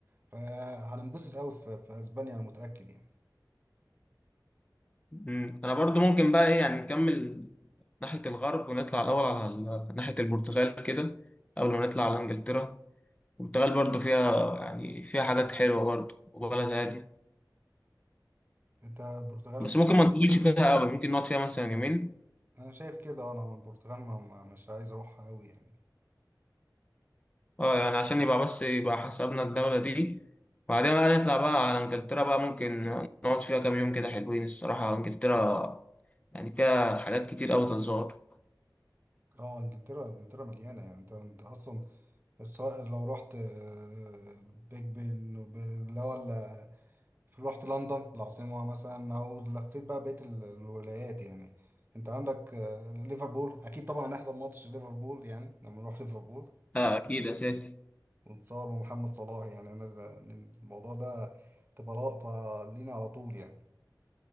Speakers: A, on the right (about 30°); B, on the left (about 20°).
A: فهننبسط قوي في... في أسبانيا أنا متأكد يعني
B: مم. انا برضو ممكن بقى ايه يعني نكمل ناحية الغرب ونطلع الاول على ال- ناحية البرتغال كده قبل ما نطلع على انجلترا البرتغال برضو فيها يعني فيها حاجات حلوة برضو وبلد هادية
A: أنت البرتغال
B: بس
A: ت-
B: ممكن ما نطولش فيها قوي ممكن نقعد فيها مثلا يومين
A: أنا شايف كده أنا البرتغال ما... ما- مش عايز أروحها قوي يعني
B: اه يعني عشان يبقى بس يبقى حسبنا الدولة دي بعدين بقى نطلع بقى على انجلترا بقى ممكن نقعد فيها كام يوم كده حلوين الصراحة انجلترا يعني فيها حاجات كتير أوي تتزار
A: اه انجلترا انجلترا مليانة يعني انت انت اصلا سواء لو رحت آه، بيج بن وب- اللي هو ال- رحت لندن العاصمة مثلا أو لفيت بقى بقية ال- الولايات يعني أنت عندك آه، ليفربول أكيد طبعا هنحضر ماتش ليفربول يعني لما نروح ليفربول
B: اه أكيد أساسي
A: ونتصور مع محمد صلاح يعني أنا ده- الموضوع ده تبقى لقطة لينا على طول يعني